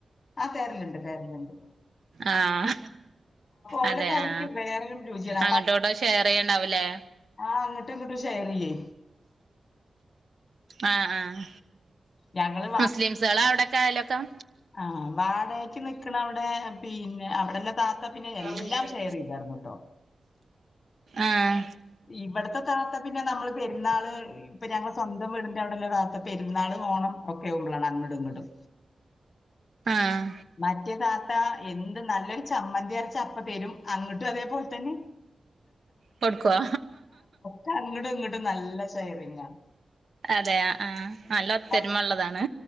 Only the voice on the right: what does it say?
ആഹ്
അതെ
ആ
അങ്ങട്ടു ഊട്ടു ഷെയറി യ്യ്ണ്ടാവുല്ലേ
ആഹ് ആഹ്
മുസ്ലിംസേളാ അവ്ടക്കെ അയലക്കം
ആഹ് ഫ്രീയാണ്
ആഹ്
ആഹ്
പ്പട്ക്കോ
അതെ ആ ആ നല്ല
ഒത്തരുമള്ളതാണ്